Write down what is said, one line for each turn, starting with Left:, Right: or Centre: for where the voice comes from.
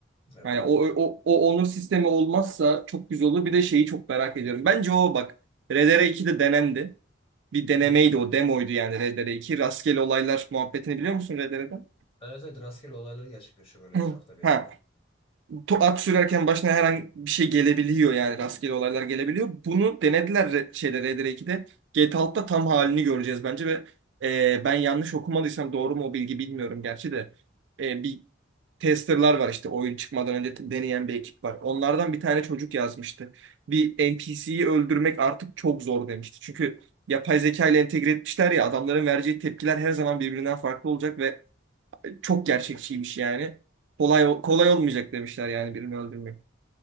Left: Evet.
Right: Yani o, o, o onur sistemi olmazsa çok güzel olur. Bir de şeyi çok merak ediyorum. Bence o bak RDR 2'de denendi. Bir denemeydi
Left: Hı.
Right: o demoydu yani RDR 2. Rastgele olaylar muhabbetini biliyor musun R D R'den?
Left: Evet evet rastgele olaylar gerçekleşiyor böyle
Right: <clears throat>
Left: etrafta bir yandan.
Right: Ha. to- at sürerken başına herhangi bir şey gelebiliyor yani rastgele olaylar gelebiliyor. Bunu denediler re- şeyde Red Dead 2'de. GTA 6'da tam halini göreceğiz bence ve e, ben yanlış okumadıysam doğru mu o bilgi bilmiyorum gerçi de. E, bir testerlar var işte oyun çıkmadan önce t- deneyen bir ekip var. Onlardan bir tane çocuk yazmıştı. Bir NPC'yi öldürmek artık çok zor demişti. Çünkü yapay zeka ile entegre etmişler ya adamların vereceği tepkiler her zaman birbirinden farklı olacak ve çok gerçekçiymiş yani. Kolay kolay olmayacak demişler yani birini öldürmek.